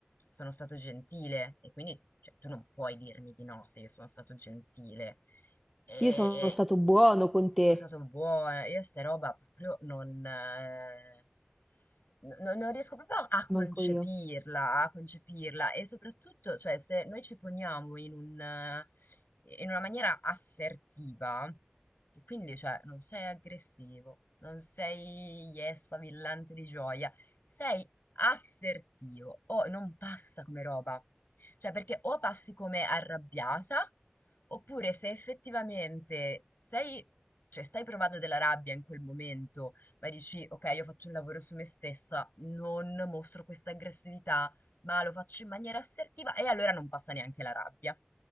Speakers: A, on the left; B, in the centre.
A: sono stato gentile e quindi cioè, tu non puoi dirmi di no se io sono stato gentile e,
B: Io sono stato buono con
A: e sono
B: te,
A: stato buona, io sta roba proprio non, eh, no- non riesco proprio a concepirla,
B: manco io.
A: a concepirla e soprattutto, cioè, se noi ci poniamo in un, eh, in una maniera assertiva, e quindi, cioè, non sei aggressivo, non sei yes, sfavillante di gioia, sei assertivo o non passa come roba. Cioè, perché o passi come arrabbiata, oppure se effettivamente sei, cioè, stai provando della rabbia in quel momento ma dici, ok, io faccio un lavoro su me stessa, non mostro questa aggressività, ma lo faccio in maniera assertiva e allora non passa neanche la rabbia.